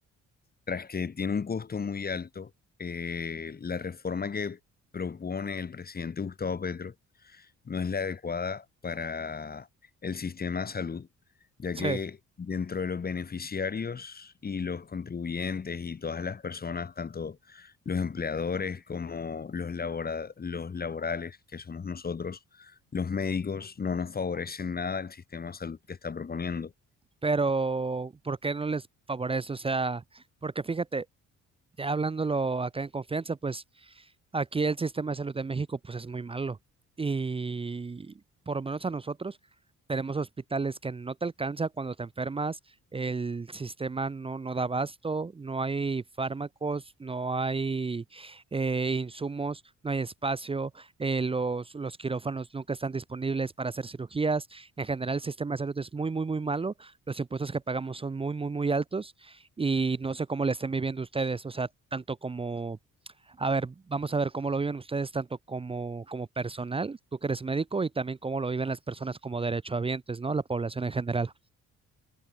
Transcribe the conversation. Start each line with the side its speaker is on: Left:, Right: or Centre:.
Left: Tras que tiene un costo muy alto, eh, la reforma que propone el presidente Gustavo Petro no es la adecuada para el sistema de salud, ya
Right: Sí,
Left: que dentro de los beneficiarios y los contribuyentes y todas las personas, tanto los empleadores como los labora- los laborales, que somos nosotros, los médicos, no nos favorecen nada el sistema de salud que está proponiendo.
Right: pero ¿por qué no les favorece? O sea, porque fíjate, Ya hablándolo acá en confianza, pues aquí el sistema de salud de México pues es muy malo y por lo menos a nosotros tenemos hospitales que no te alcanza cuando te enfermas, el sistema no, no da abasto, no hay fármacos, no hay eh, insumos, no hay espacio, eh, los, los quirófanos nunca están disponibles para hacer cirugías, en general el sistema de salud es muy, muy, muy malo, los impuestos que pagamos son muy, muy, muy altos y no sé cómo la estén viviendo ustedes, o sea, tanto como, a ver, vamos a ver cómo lo viven ustedes, tanto como, como personal, tú que eres médico, y también cómo lo viven las personas como derechohabientes, ¿no? La población en general.